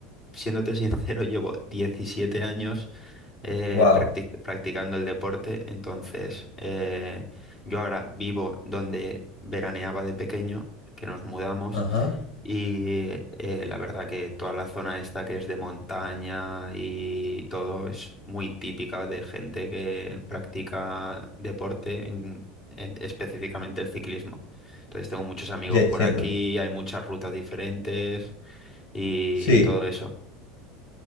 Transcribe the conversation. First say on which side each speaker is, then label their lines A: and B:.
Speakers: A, on the left; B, on the left.
A: siéndote <laughs> sincero, llevo 17 años eh,
B: Wow.
A: practic- practicando el deporte. Entonces, eh, yo ahora vivo donde veraneaba de pequeño, que nos mudamos.
B: Ajá.
A: Y eh, la verdad que toda la zona esta que es de montaña y todo es muy típica de gente que practica deporte, en- en- específicamente el ciclismo. Entonces tengo muchos amigos
B: Ya entiendo.
A: por aquí, hay muchas rutas diferentes y
B: Sí.
A: todo eso.